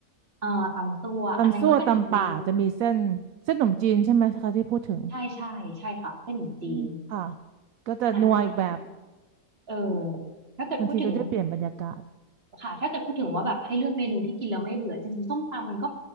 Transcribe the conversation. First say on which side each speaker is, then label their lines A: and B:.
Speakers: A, on the right; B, on the right.
A: เอ่อตำซั่วอันนั้นก็เป็นอีกเมนู
B: ตำซั่วตำป่าจะมีเส้นเส้นขนมจีนใช่ไหมคะที่พูดถึง
A: ใช่ใช่ใช่ค่ะเส้นหนมี่จีน
B: อืมค่ะก็จะนัวอีกแบบ
A: อ่าเออถ้าเกิดพูดถึง
B: บางทีก็ได้เปลี่ยนบรรยากาศ
A: ค่ะถ้าเกิดพูดถึงว่าแบบให้เลือกเมนูที่กินแล้วไม่เบื่อจริงๆส้มตำมันก็